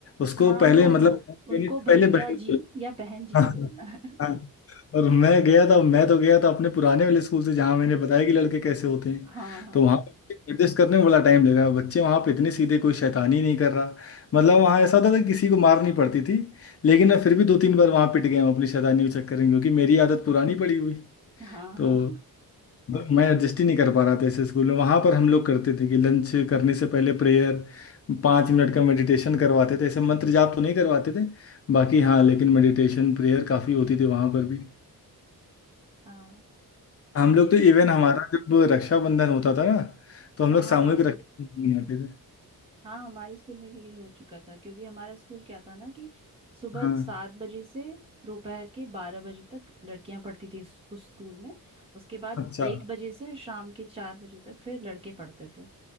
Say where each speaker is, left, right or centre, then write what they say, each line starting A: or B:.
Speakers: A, on the left; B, on the right.
A: उसको
B: हाँ
A: पहले
B: हाँ
A: मतलब
B: हाँ उनको
A: पहले
B: भैया
A: बहन
B: जी
A: बुलाना
B: या बहन
A: <laughs>
B: जी
A: हाँ
B: ही बोलना है
A: हाँ। और मैं गया था मैं तो गया था अपने पुराने वाले स्कूल से जहाँ मैंने बताया कि लड़के कैसे होते हैं
B: हाँ हाँ
A: तो वहाँ एडजस्ट करने में बड़ा टाइम लगा बच्चे वहाँ पे इतने सीधे कोई शैतानी नहीं कर रहा मतलब वहाँ ऐसा होता था कि किसी को मार नहीं पड़ती थी लेकिन मैं फिर भी दो तीन बार वहाँ पिट गया हूँ अपनी शैतानी के चक्कर में क्योंकि मेरी आदत पुरानी पड़ी हुई
B: हाँ
A: तो
B: हाँ
A: मतलब मैं एडजस्ट ही नहीं कर पा रहा था ऐसे स्कूल में वहाँ पर हम लोग करते थे कि लंच करने से पहले प्रेयर पाँच मिनट का मेडिटेशन करवाते थे ऐसे मंत्र जाप तो नहीं करवाते थे बाकी हाँ लेकिन मेडिटेशन प्रेयर काफ़ी होती थी वहाँ पर भी
B: हाँ
A: हम लोग
B: फिर
A: तो इवन हमारा जब रक्षाबंधन होता था ना तो हम
B: हाँ
A: लोग सामूहिक रक्षाबंधन मनाते थे
B: हाँ हमारे स्कूल में भी ये हो चुका था क्योंकि हमारा स्कूल क्या था ना कि सुबह
A: हाँ
B: सात बजे से दोपहर के बारह बजे तक लड़कियां पढ़ती थी उस उस स्कूल में उसके बाद
A: अच्छा
B: एक बजे से शाम के चार बजे तक फिर लड़के पढ़ते थे